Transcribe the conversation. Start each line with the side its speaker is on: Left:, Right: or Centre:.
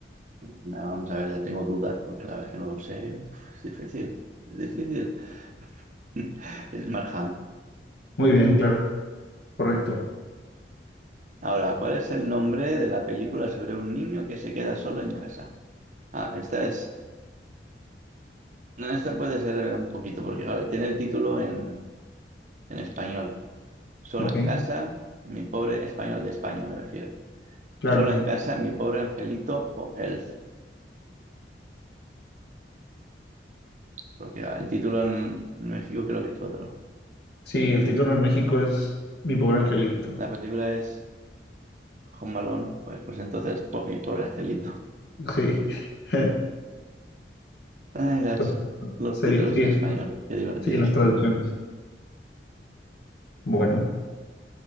Right: Nada, Vamos a ver, ya tengo dudas porque la verdad es que no lo sé. Uf, es difícil, es difícil. <laughs> Es Mark
Left: Muy bien, claro. Correcto.
Right: Ahora, ¿cuál es el nombre de la película sobre un niño que se queda solo en casa? Ah, esta es. no, Esta puede ser un poquito, porque claro, tiene el título en, en español. Solo
Left: Ok,
Right: en casa, mi pobre español de España, me refiero.
Left: claro.
Right: Solo en casa, mi pobre angelito o Elf. Porque ah, el título en, en México creo que es otro.
Left: Sí, el título en México es Mi pobre angelito.
Right: La película es Home Alone, pues, pues entonces, po- mi pobre angelito.
Left: Sí. <laughs>
Right: Ay, las,
Left: Pues,
Right: los
Left: sería,
Right: títulos
Left: sí,
Right: en
Left: es-
Right: español, qué divertidos
Left: sí, las
Right: son.
Left: traducciones. Bueno,